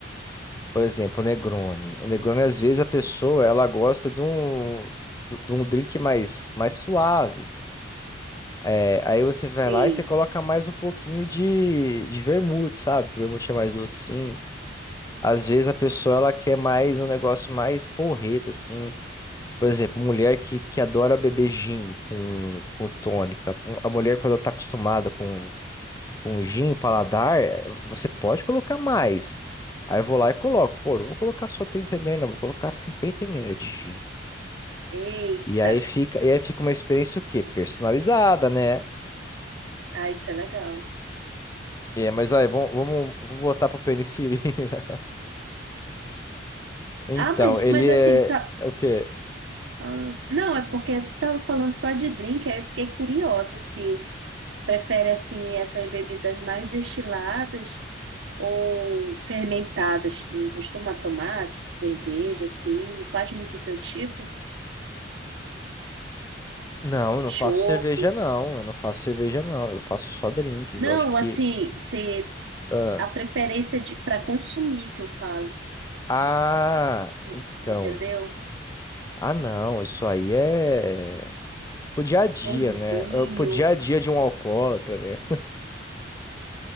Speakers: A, on the left; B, on the right.
A: Por exemplo, o Negroni. O Negroni, às vezes, a pessoa ela gosta de um, de um drink mais, mais suave. É, aí você vai
B: Sim.
A: lá e você coloca mais um pouquinho de, de vermute, sabe? Que o vermute é mais docinho. Às vezes a pessoa ela quer mais um negócio mais porreta, assim. Por exemplo, mulher que, que adora beber gin com, com tônica. Um- A mulher, quando ela tá acostumada com, com gin, paladar, você pode colocar mais. Aí eu vou lá e coloco, pô, não vou colocar só 30 ml, não, vou colocar 50 ml de gin.
B: Eita.
A: E aí fica, e aí fica uma experiência o quê? Personalizada, né?
B: Ah, isso é legal.
A: É, mas aí, vamos, vamos, vou voltar pro penicilina. <laughs> Então,
B: Ah, mas,
A: ele
B: mas assim,
A: é
B: tá.
A: é o quê?
B: ah, não, é porque tu tava falando só de drink, aí eu fiquei curiosa se prefere assim essas bebidas mais destiladas ou fermentadas. Tu não costuma tomar, tipo cerveja, assim, não faz muito teu tipo?
A: Não, eu não faço
B: Chope.
A: cerveja, não. Eu não faço cerveja, não. Eu faço só drinks.
B: Não,
A: Eu acho que.
B: assim, se
A: Ah,
B: a preferência de para consumir que eu falo,
A: ah,
B: e-
A: então.
B: entendeu?
A: Ah, não. Isso aí é. Pro dia a dia,
B: Um
A: né?
B: vinho.
A: Eh, Pro dia a dia de um alcoólatra, né?